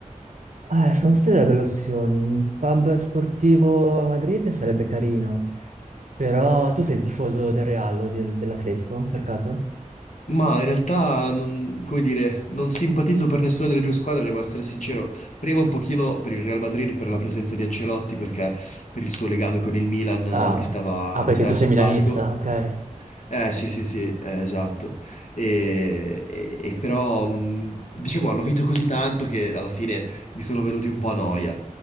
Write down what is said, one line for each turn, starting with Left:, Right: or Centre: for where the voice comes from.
Right: Eh, sono state delle opzioni. Un pub sportivo a Madrid sarebbe carino, però tu sei il tifoso del Real o del- dell'Atletico, per caso?
Left: Ma in realtà, non, come dire, non simpatizzo per nessuna delle due squadre, devo essere sincero. Prima un pochino per il Real Madrid, per la presenza di Ancelotti, perché per il suo legame con il Milan eh,
Right: Ah,
Left: mi stava
Right: ah, perché
Left: mi stava
Right: tu
Left: simpatico.
Right: sei milanista, ok. Eh,
Left: Eh sì sì sì, eh, esatto. E, e- e però mh, diciamo hanno vinto così tanto che alla fine mi sono venuti un po' a noia.